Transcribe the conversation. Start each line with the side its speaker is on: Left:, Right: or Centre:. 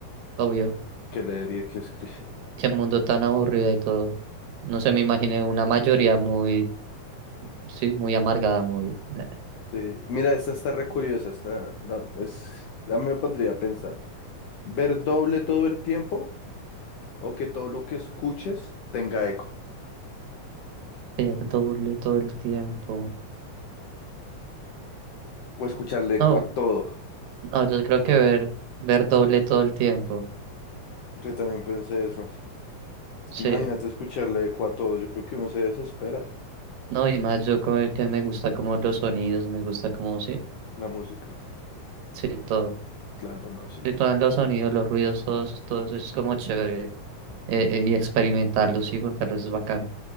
Right: obvio.
Left: que leer y que escribir. <laughs>
Right: Qué mundo tan aburrido y todo. No sé, me imaginé una mayoría muy, sí, muy amargada, muy... eh,
Left: Sí. Mira, esta está re curiosa, esta la- es, a mí me pondría a pensar. ¿Ver doble todo el tiempo o que todo lo que escuches tenga eco?
Right: Ver doble todo el tiempo.
Left: O escucharle
Right: No,
Left: eco a todo.
Right: no, yo creo que ver, ver doble todo el tiempo.
Left: Yo también pensé eso. Es
Right: Sí.
Left: que imagínate escucharle eco a todo, yo creo que uno se desespera.
Right: No, y más yo como que me gusta como los sonidos, me gusta como, sí,
Left: La música,
Right: sí, todo.
Left: claro, no sé.
Right: Sí, todos los sonidos, los ruidos, todos, todo eso es como chévere. eh, eh, y experimentarlos y juntarlos es bacano.